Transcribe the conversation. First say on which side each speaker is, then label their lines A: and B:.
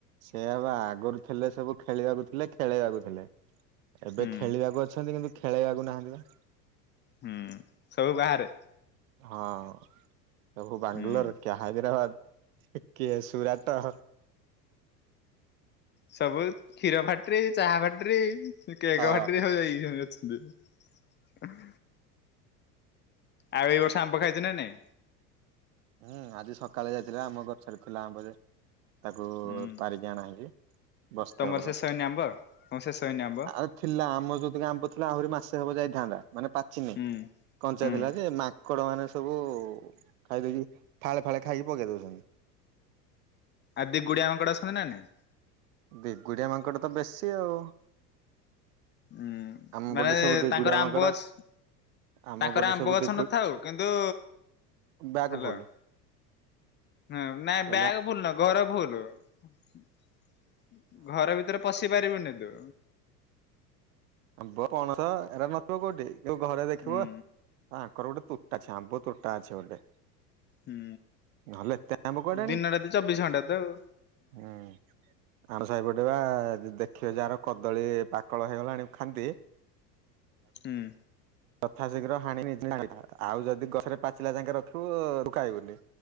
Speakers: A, on the right; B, on the left.
A: ସେୟା ବା ଆଗରୁ ଥିଲେ ସବୁ ଖେଳିବାକୁ ଥିଲେ ଖେଳେଇବାକୁ ଥିଲେ। ଏବେ
B: ହୁଁ
A: ଖେଳିବାକୁ ଅଛନ୍ତି କିନ୍ତୁ। ଖେଳେଇବାକୁ ନାହାଁନ୍ତି ବା।
B: ହୁଁ ସବୁ ବାହାରେ।
A: ହଁ। ସବୁ ବାଙ୍ଗାଲୋର
B: ହୁଁ
A: କିଏ ହାଇଦ୍ରାବାଦ। କିଏ ସୁୁରାଟ।
B: ସବୁ କ୍ଷୀର ଫ୍ୟାକ୍ଟରୀ ଚାହା ଫ୍ୟାକ୍ଟରୀ। ସେ କେକ
A: ଅ
B: ଫ୍ୟାକ୍ଟରୀ ସବୁ ଯାଇଛନ୍ତି। <unintelligible> ଦେ। ଆଉ ଏଇ ବର୍ଷ ଆମ୍ବ ଖାଇଚ ନା ନାଇ।
A: ହୁଁ ଆଜି ସକାଳେ ଯାଇଥିଲା ଆମ ଗଛରେ ଥିଲା ଆମ୍ୱ ଯେ। ତାକୁ
B: ହୁଁ
A: ପାରିକି ଆଣା ହୁଏ ବସ୍ତେଭର
B: ତମର ଶେଷ ହେଇନି ଆମ୍ବ ତମ ଶେଷ ହେଇନି ଆମ୍ବ
A: ଆଉ ଥିଲା ଆମର ଯେତିକି ଆମ୍ୱ ଥିଲା ଆହୁରି ମା ମାସେ ହବ ଯାଇଥାନ୍ତା। ମାନେ ପାଚିନି
B: ହୁଁ
A: କଞ୍ଚା
B: ହୁଁ
A: ଥିଲା ଯେ ମା। ମାଙ୍କଡ଼ ମାନେ ସବୁ ଖାଇଦେଇକି। ଫାଳେ ଫାଳେ ଖାଇକି ପକେଇ ଦଉଛନ୍ତି।
B: ଆର୍ ଦି ଗୁଡିଆ ମାଙ୍କଡ଼ ଅଛନ୍ତି ନା ନାଇଁ।
A: ଦି ଗୁଡିଆ ମାଙ୍କଡ ତ ବେଶୀ ଆଉ।
B: ଉୁଁ
A: ଆମ
B: ମାନେ
A: ପଟେ ସବୁ ଦିଗୁଡିଆ
B: ତାଙ୍କର
A: ମାଙ୍କଡ।
B: ଆମ୍ବ ଗ
A: ଆମ
B: ତାଙ୍କର
A: ପଟେ
B: ଆମ୍ବ
A: ସବୁ
B: ଗଛ
A: ଦିଗୁ
B: ନଥାଉ କିନ୍ତୁ
A: ବ୍ୟାଗ
B: ହାଲୋ।
A: ଫୁଲ।
B: ହଁ ନାଇଁ
A: କହିଲେ
B: ବ୍ୟାଗ ଫୁଲ ନୁହ ଘର ଫୁଲୁ। <inaudible> ଘର ଭିତରେ ପଶି ପାରିବୁନି। ଦେ।
A: ଆମ୍ୱ, ପଣସ ଏରା ନଥିବ କୋଉଠି ଯୋଉ ଘରେ ଦେଖିବ
B: ହୁଁ
A: ଆଙ୍କର ଗୋଟେ ତୁଟା। ଛା ଆମ୍ବ ତୋଟା ଅଛି ଗୋଟେ।
B: ହୁଁ
A: ନହେଲେ ଏତେ କୁଆଡେ ଆଣିବେ?
B: ଦିନ ରାତି ଚବିଶ ଘଣ୍ଟା ତ ଆଉ।
A: ହୁଁ ଆମ ସାହିପ ବା ଦେଖିବ ଯାହାର କଦଳୀ ପାକଳ ହେଇଗଲାଣି। ଖାନ୍ଦେ।
B: ହୁଁ।
A: ତଥାଶୀଘ୍ର ହାଣି ନେ <inaudible> ଆଉ ଯଦି ଗଛରେ ପାଚିଲା ଜାଙ୍କେ ରଖିବୁ ପାଇବୁନି